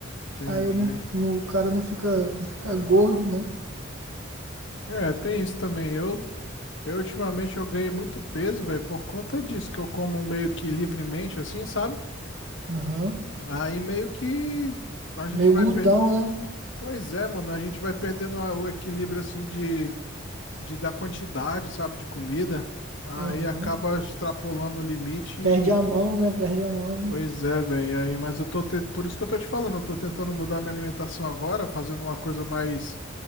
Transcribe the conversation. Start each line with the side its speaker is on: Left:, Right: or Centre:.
Left: Entendi.
Right: Aí eu não, não, o cara não fica, não fica gordo, né?
Left: É, tem isso também. Eu, eu ultimamente, eu ganhei muito peso, velho, por conta disso, que eu como meio que livremente, assim, sabe?
Right: Aham.
Left: Aí meio que a gente
Right: Meio
Left: vai...
Right: glutão,
Left: per-
Right: né?
Left: Pois é, mano, a gente vai perdendo a- o equilíbrio assim de, de da quantidade, sabe, de comida. Aí
Right: Aham.
Left: acaba extrapolando o limite
Right: Perde
Left: e,
Right: a mão, né? Perde a mão, né?
Left: pois é, velho. Aí, mas eu tô te- por isso que eu tô te falando, eu tô tentando mudar minha alimentação agora, fazendo uma coisa mais